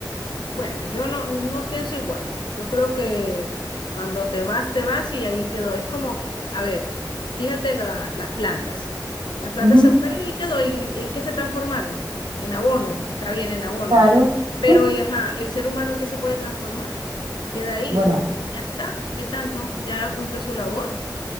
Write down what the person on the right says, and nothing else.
Ujú,
claro.
Sí,
bueno,